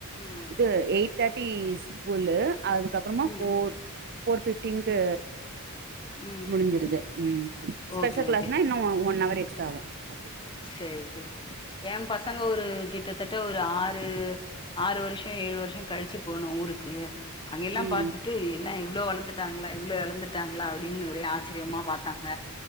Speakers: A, on the left; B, on the right.
A: ம்
B: இது எயிட் தேர்ட்டி ஸ்கூல்லு அதுக்கப்புறொமா
A: ம்
B: ஃபோர் ஃபோர் ஃபிஃப்டீன்கு
A: ம்
B: முடிஞ்சுருது ம் ஸ்பெஷல்
A: ஓகே
B: கிளாஸ்னா
A: ஓகே
B: இன்னு ஒன் ஹவர் எக்ஸ்ட்ரா ஆவு அப்டி
A: சேரி சேர் எ பசங்க ஒரு கிட்டதட்ட ஒரு ஆறு ஆறு வருஷோ ஏழு வருஷோ கழிச்சு போன ஊரு இருக்கு அங்க எல்லா
B: ம்
A: பாத்துட்டு என்ன இவ்ளோ வளந்துட்டாங்ளா இவ்ளோ எழந்துட்டாங்ளா அப்டின் ஒரே ஆச்சிரியமா பாத்தாங்க